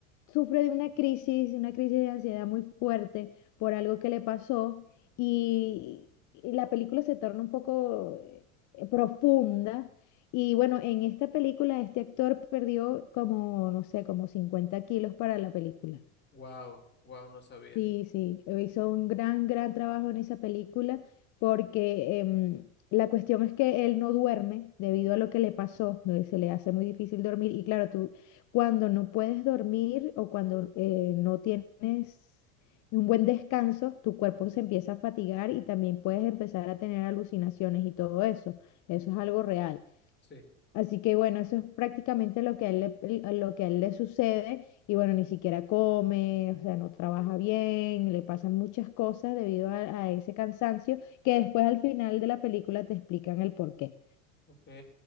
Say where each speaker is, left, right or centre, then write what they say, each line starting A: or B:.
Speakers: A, on the left; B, on the left.
A: sufre de una crisis, una crisis de ansiedad muy fuerte por algo que le pasó y, y la película se torna un poco eh, profunda. Y bueno, en esta película este actor perdió como, no sé, como 50 kilos para la película.
B: Wow, wow, no sabía.
A: Sí, sí, eh, hizo un gran, gran trabajo en esa película porque em, la cuestión es que él no duerme debido a lo que le pasó, ¿no? se le hace muy difícil dormir y claro, tú cuando no puedes dormir o cuando eh, no tienes un buen descanso, tu cuerpo
B: Ujú.
A: se empieza a fatigar y también puedes empezar a tener alucinaciones y todo eso, eso es algo real.
B: Sí.
A: Así que bueno, eso es prácticamente lo que a él le, el- a lo que a él le sucede y bueno, ni siquiera come, o sea, no trabaja bien, le pasan muchas cosas debido a, a ese cansancio que después al final de la película te explican el por qué.
B: Ok.